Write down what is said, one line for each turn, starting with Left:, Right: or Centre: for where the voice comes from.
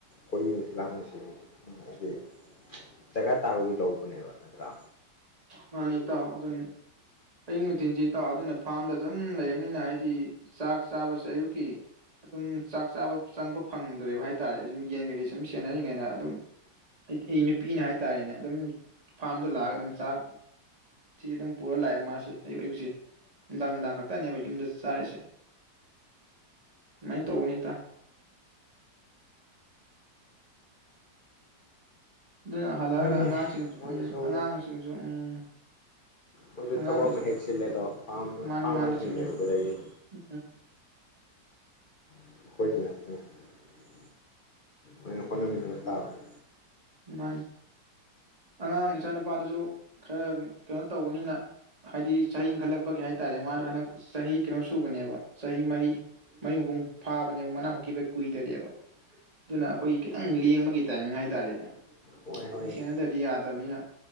Left: ꯍꯥꯏꯗꯤ ꯗꯔꯀꯥꯔ ꯇꯥꯕꯩ ꯂꯧꯕꯅꯦꯕꯥ ꯅꯠꯇꯔꯥ
Right: ꯃꯥꯅꯤ ꯏꯇꯥꯎ ꯑꯗꯨꯅꯤ ꯑꯌꯨꯛ ꯅꯨꯡꯊꯤꯜꯁꯤ ꯏꯇꯥꯎ ꯑꯗꯨꯅ ꯐꯥꯔꯝꯗ ꯑꯗꯨꯝ ꯂꯩꯔꯕꯅꯤꯅ ꯍꯥꯏꯗꯤ ꯆꯥꯛ ꯆꯥꯕꯁꯦ ꯑꯌꯨꯛꯀꯤ ꯆꯥꯛ ꯆꯥꯕꯁꯦ ꯆꯪꯂꯛꯄ ꯐꯪꯗꯔꯦꯕ ꯍꯥꯏ ꯇꯥꯔꯦ ꯑꯩꯖꯨ ꯌꯦꯟ ꯒꯨꯝꯕ ꯁꯨꯝ ꯁꯦꯅꯔꯤꯉꯩꯗ ꯑꯩ ꯑꯩ ꯅꯨꯄꯤꯅ ꯍꯥꯏ ꯇꯥꯔꯦꯅꯦ ꯑꯗꯨꯝ ꯐꯥ꯭ꯔꯝꯗ ꯂꯥꯛ ꯑꯒ ꯑꯗꯨꯝ ꯆꯥꯛ ꯁꯤ ꯑꯗꯨꯝ ꯄꯨꯔꯒ ꯂꯥꯛ ꯑꯦ ꯃꯥꯁꯤ ꯑꯌꯨꯛ ꯑꯌꯨꯛꯁꯤ ꯅꯨꯡꯗꯥꯡ ꯅꯨꯡꯗꯥꯡ ꯈꯛꯇꯅꯦꯕ ꯌꯨꯝꯗ ꯆꯥꯔꯤꯁꯦ ꯑꯗꯨꯃꯥꯏꯅ ꯇꯧꯕꯅꯦ ꯏꯇꯥꯎ ꯑꯗꯨꯅ ꯍꯜꯂꯛꯂꯒ
Left: ꯍꯣꯏꯅꯦ
Right: ꯑꯉꯥꯡꯁꯤꯡ
Left: ꯃꯣꯏꯁꯨ
Right: ꯎꯝ ꯑꯉꯥꯡꯁꯤꯡꯁꯨ ꯎꯝ
Left: ꯅꯣꯏꯖꯨ
Right: ꯑꯉꯥꯡ
Left: ꯊꯕꯛ
Right: ꯏꯆꯥ
Left: ꯑꯃ ꯍꯦꯛ ꯆꯤꯜꯂꯦꯗꯣ ꯐꯥ꯭ꯔꯝ
Right: ꯃꯥꯅꯤ
Left: ꯐꯥ꯭ꯔꯝ
Right: ꯃꯥꯅꯤ
Left: ꯍꯥꯏꯗꯣ
Right: ꯆꯨꯝꯃꯤ
Left: ꯍꯦꯛ ꯂꯩꯍꯧꯕꯗꯒꯤ
Right: ꯎꯝ
Left: <unintelligible> ꯂꯣꯏꯅ ꯍꯣꯠꯅꯃꯤꯟꯅꯕ ꯇꯥꯕꯅꯤ
Right: ꯃꯥꯅꯤ ꯑꯉꯥꯡ ꯏꯆꯥꯅꯨꯄꯥꯗꯨꯁꯨ ꯈꯔ ꯀꯩꯅꯣ ꯇꯧꯕꯅꯤꯅ ꯍꯥꯏꯗꯤ ꯆꯍꯤ ꯏꯟꯈꯠꯂꯛꯄꯒꯤ ꯍꯥꯏ ꯇꯥꯔꯦ ꯃꯥꯗꯣ ꯍꯟꯗꯛ ꯆꯍꯤ ꯀꯩꯅꯣ ꯁꯨꯕꯅꯦꯕ ꯆꯍꯤ ꯃꯥꯔꯤ ꯄꯔꯤ ꯃꯄꯨꯡ ꯐꯥꯕꯅꯦꯕ ꯃꯅꯥ ꯍꯨꯠꯈꯤꯕ ꯀꯨꯏꯗꯔꯤꯕ ꯑꯗꯨꯅ ꯑꯩꯈꯣꯏ ꯈꯤꯇꯪ ꯂꯦꯡꯕꯒꯤ ꯇꯥꯏꯃꯤꯡ ꯍꯥꯏ ꯇꯥꯔꯦꯅꯦ ꯑꯃꯨꯛ
Left: ꯍꯣꯏ ꯍꯣꯏꯅꯦ
Right: ꯁꯦꯟꯅꯗꯔꯗꯤ ꯌꯥꯗꯕꯅꯤꯅ